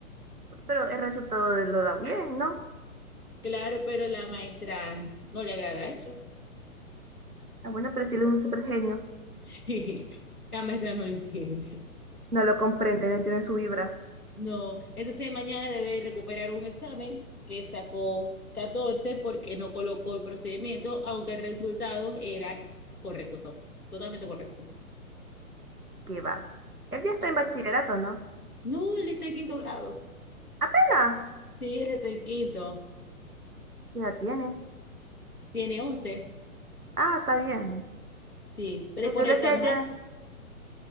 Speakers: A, on the right; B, on the left.
A: Pero el resultado de lo da bien, ¿no?
B: Claro, pero la maestra no le agrada eso. <laughs>
A: Ah, bueno, pero si él es un super genio.
B: Sí, la maestra no lo entiende.
A: No lo comprende, no entiende su vibra.
B: No, entonces mañana debe recuperar un examen que sacó 14 porque no colocó el procedimiento, aunque el resultado era correcto, to- totalmente correcto.
A: ¿Qué va? Él ya está
B: Pero-
A: en bachillerato, ¿no?
B: no, él está en quinto grado.
A: Apenas.
B: Sí, él está en quinto.
A: ¿Qué edad tiene?
B: Tiene once.
A: Ah, está bien.
B: Sí, pero
A: Pero
B: es por
A: yo lo
B: el
A: hacía
B: tamaño.
A: ya.